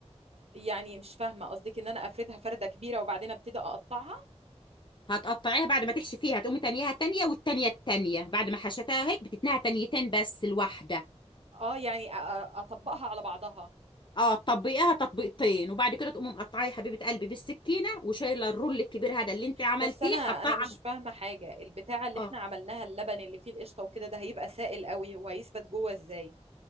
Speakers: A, on the right (about 60°); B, on the left (about 45°).
A: يعني مش فاهمة قصدك ان انا افردها فردة كبيرة وبعدين ابتدي اقطعها
B: هتقطعيها بعد ما تحشي فيها هتقومي تانيها تانية والتانية التانية بعد ما حشتها هيك بتتنها تانيتين بس الواحدة
A: اه يعني أ- أ- اطبقها على بعضها
B: اه تطبقيها تطبيقتين وبعد كده تقومي مقطعيه يا حبيبة قلبي بالسكينة وشايلة الرول الكبير هذا اللي انت عملتيه
A: بس انا
B: حطاه
A: انا مش
B: على
A: فاهمه حاجه البتاعه اللي
B: اه
A: احنا عملناها اللبن اللي فيه القشطه وكده ده هيبقى سائل قوي وهيثبت جوه ازاي